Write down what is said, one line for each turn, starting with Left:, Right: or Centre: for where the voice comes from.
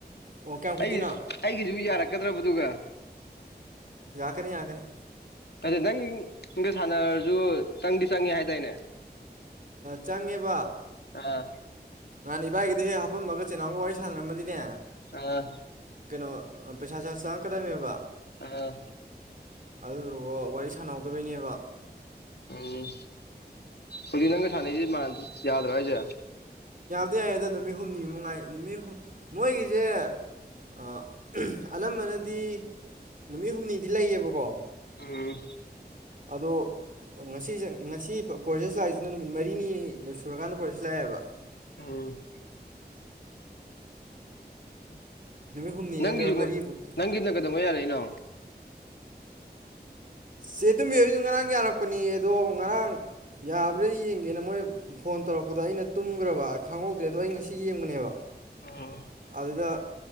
Right: ꯑꯣ ꯀꯌꯥꯝ ꯀꯨꯏꯗꯣꯏꯅꯣ
Left: ꯑꯩ ꯑꯩꯒꯤꯁꯨ ꯌꯥꯔꯛꯀꯗ꯭ꯔꯕꯗꯨꯒ
Right: ꯌꯥꯔꯛꯀꯅꯤ ꯌꯥꯔꯛꯀꯅꯤ꯫
Left: ꯑꯗꯨ ꯅꯪꯒ ꯁꯥꯟꯅꯔꯁꯨ ꯆꯪꯗꯤ ꯆꯪꯉꯦ ꯍꯥꯏꯇꯥꯏꯅꯦ
Right: ꯆꯪꯉꯦꯕ
Left: ꯑꯥ
Right: ꯅꯍꯥꯟ ꯏꯕꯥꯏꯒꯤꯗꯣ ꯍꯦꯛ ꯍꯥꯄꯝꯃꯒ ꯆꯦꯅꯥꯎꯒ ꯋꯥꯔꯤ ꯁꯥꯟꯅꯔꯝꯃꯗꯤꯅꯦ
Left: ꯑꯥ
Right: ꯀꯩꯅꯣ ꯄꯩꯁꯥ ꯁꯦ ꯆꯪꯉꯛꯀꯗꯕꯅꯦꯕ꯫
Left: ꯑꯥ
Right: ꯑꯗꯨꯗꯨꯒ ꯋꯥꯔꯤ ꯁꯥꯟꯅꯍꯧꯗꯕꯩꯅꯦꯕ
Left: ꯎꯝ ꯍꯧꯖꯤꯛ ꯅꯪꯒ ꯁꯥꯟꯅꯩꯁꯦ ꯌꯥꯗ꯭ꯔꯣ ꯍꯥꯏꯁꯦ?
Right: ꯑꯗꯨ ꯌꯥꯏꯌꯦ ꯑꯗꯣ ꯅꯨꯃꯤꯠ ꯍꯨꯝꯅꯤ ꯃꯉꯥꯏ ꯅꯨꯃꯤꯠ ꯍꯨꯝꯅꯤ ꯃꯣꯏꯒꯤꯁꯦ ꯑꯥ ꯎꯃ ꯑꯅꯝꯕꯅꯗꯤ ꯅꯨꯃꯤꯠ ꯍꯨꯝꯅꯤꯗꯤ ꯂꯩꯌꯦꯕꯀꯣ
Left: ꯎꯝ
Right: ꯑꯗꯣ ꯉꯁꯤꯁꯦ ꯉꯁꯤ ꯄ꯭ꯔꯣꯁꯦꯁ ꯂꯥꯛꯏꯁꯤꯅ ꯅꯨꯃꯤꯠ ꯃꯔꯤꯅꯤ ꯁꯨꯔꯀꯥꯟꯗ ꯄ꯭ꯔꯣꯁꯦꯁ ꯂꯥꯛꯑꯦꯕ꯫
Left: ꯎ <unintelligible>
Right: ꯅꯨꯃꯤꯠ ꯍꯨꯝꯅꯤ
Left: ꯅꯪꯒꯤꯁꯨ
Right: ꯅꯠꯇ꯭ꯔꯒ ꯃꯔꯤꯐꯧꯗꯤ
Left: ꯅꯪꯒꯤꯅ ꯀꯩꯗꯧꯉꯩ ꯌꯥꯔꯛꯏꯅꯣ?
Right: ꯆꯦ ꯇꯨꯝꯕꯤ ꯍꯣꯏꯁꯨ ꯉꯔꯥꯡ ꯌꯥꯔꯛꯄꯅꯦ ꯑꯗꯣ ꯉꯔꯥꯡ ꯌꯥꯕ꯭ꯔꯥ ꯌꯦꯡꯒꯦꯅ ꯃꯣꯏ ꯐꯣꯟ ꯇꯧꯔꯛꯄꯗꯣ ꯑꯩꯅ ꯇꯨꯝꯈ꯭ꯔꯕ ꯈꯪꯍꯧꯗ꯭ꯔꯦ ꯑꯗꯣ ꯑꯩ ꯉꯁꯤ ꯌꯦꯡꯕꯅꯦꯕ
Left: ꯎꯝ
Right: ꯑꯗꯨꯗ